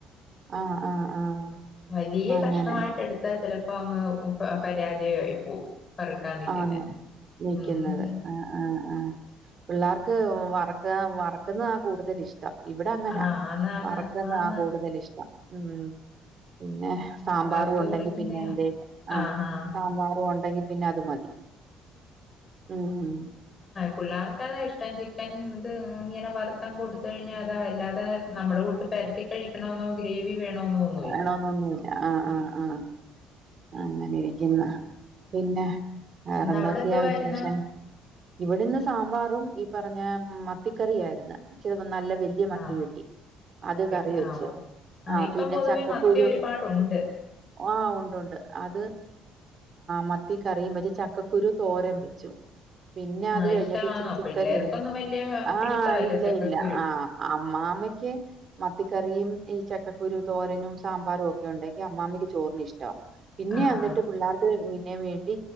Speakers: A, on the right; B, on the left.
A: ആഹ് ആഹ് ആഹ്
B: വലിയ
A: അങ്ങനെ
B: കഷണമായിട്ട് എടു എടുത്ത ചെലപ്പോ അങ്ങ് പരാജയമായി പോവും വറുക്കാൻ നിക്കുന്നെ
A: ആന്ന് നിൽക്കുന്നത്
B: ഉം
A: ആ ആ ആ പിള്ളേർക്ക് വറക്ക വറക്കുന്ന കൂടുതൽ ഇഷ്ടം ഇവിടെ അങ്ങനെ
B: ആഹ് ആന്ന് ആന്ന്
A: വറക്കുന്ന
B: ആന്ന്
A: ആ കൂടുതൽ ഇഷ്ടം ഉം പിന്നെ സാമ്പാറും
B: വറുത്ത്
A: ഉണ്ടെങ്കി
B: കൊടുക്കുന്നയാ
A: പിന്നെ എന്ത് ആ
B: ആഹ് ആഹ്
A: സാമ്പാറും ഉണ്ടെങ്കിൽ പിന്നെ അത് മതി ഉം ഉ
B: പിള്ളേർക്ക്ക്ക അതാ ഇഷ്ടം ചിക്കൻ ഇത് ഇങ്ങനെ വറുത് കൊടുത്ത കഴിഞ്ഞാൽ അതാ അല്ലാതെ നമ്മുടെട്ട പരട്ടി കഴിക്കണന്നോ ഗ്രേവി വേണോെന്നോ ഒന്നുമല്ല
A: വേണോന്നൊന്നുല്ല ആഹ്
B: ഉ
A: ആഹ് ആഹ് അങ്ങനെ ഇരിക്കുന്ന പിന്നെ വേറെന്തൊക്കെയാ
B: ഇന്ന് അവിടെ എന്തുവായിരുന്ന്
A: വിശേഷം ഇവിടെന്ന് സാമ്പാറും ഈ പറഞ്ഞ മത്തിക്കറിയിരുന്നു ചെലത് നല്ല വ വലിയ മത്തി
B: ആഹ്
A: കിട്ടി അത്
B: കിട്ടി
A: കറി വെച്ച്
B: ആഹ് ഓ ആഹ്
A: ആ
B: ഇപ്പം
A: പിന്നെ
B: പൊതുവെ
A: ചക്കക്കുരു
B: മത്തി ഒരുപാടുണ്ട്
A: ആ ഉണ്ട്ണ്ട് അത് മത്തി കറിയും വെച്ച് ചക്കക്കുരു തോരൻ വെച്ചു പിന്നെ
B: ആഹ്
A: അത് കഴിഞ്ഞപ്പ
B: ഇഷ്ടമാന്നോ
A: ഇച്ചിരി ചിക്കൻ
B: പിള്ളേർക്കൊന്നും
A: ഇരുന്നു
B: വലിയ പിടിത്തമല്ല
A: ആഹ ഇല്ല
B: ചക്കക്കുരു
A: ഇല്ല ആഹ അമ്മമ്മയ്ക്ക് മത്തിക്കറിയും ഈ ചക്കക്കുരു തോരനും സാമ്പാറും ഒക്കെ ഉണ്ടെങ്കി അമ്മാമ്മയ്ക്ക് ചോറിന് ഇഷ്ടവാ പിന്നെ
B: ആഹ്
A: വന്നിട്ട്
B: ആഹ്
A: പിള്ളേർക്ക് തിന്നാൻ വേണ്ടി